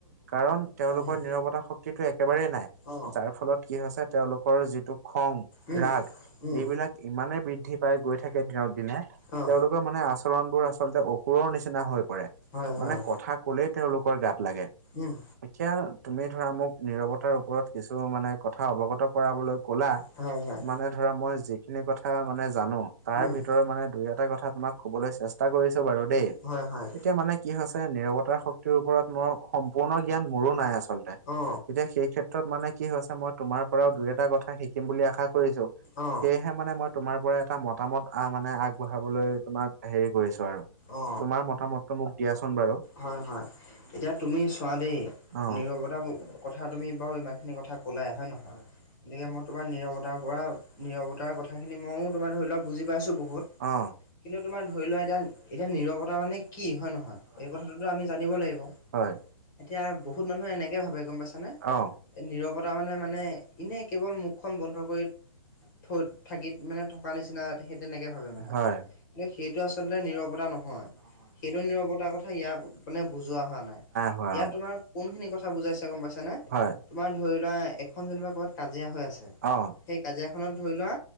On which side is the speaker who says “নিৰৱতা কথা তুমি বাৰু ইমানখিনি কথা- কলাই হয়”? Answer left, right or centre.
Left